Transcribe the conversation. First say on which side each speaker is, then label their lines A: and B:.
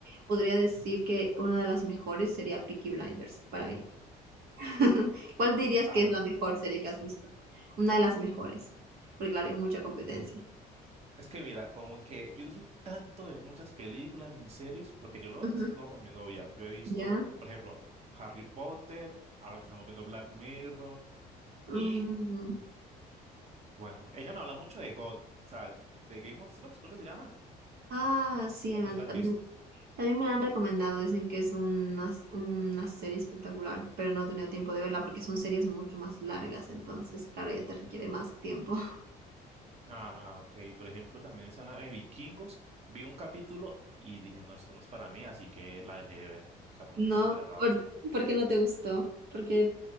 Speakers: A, on the right (about 65°); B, on the right (about 40°).
A: podría decir que una de las mejores sería Peaky Blinders para mí. <laughs> ¿Cuál dirías
B: Ah,
A: que es la mejor serie que has visto? Una de las mejores, porque claro, hay mucha competencia.
B: es que mira, como que yo no soy tanto de muchas películas ni series, lo que yo lo veo es
A: Ujú,
B: más que todo por mi novia. Yo he visto,
A: Ya.
B: por ejemplo, Harry Potter, ahora que estamos viendo Black Mirror
A: mm.
B: y bueno, ella me habla mucho de God, o sea, de Game of Thrones, creo que se llaman.
A: Ah, sí, me
B: No sé
A: han-
B: si la
A: también,
B: has visto.
A: también me la han recomendado. Dicen que es una, s- una serie espectacular, pero no he tenido tiempo de verla porque son series mucho más largas, entonces, claro, ya te requiere más tiempo. <laughs>
B: Ah, ok. Por ejemplo, también esa nave de Vikingos, vi un capítulo y dije, no, esto no es para mí, así que la dejé de ver. O sea, como que no
A: No,
B: me interesaba.
A: ¿por, por qué no te gustó? Porque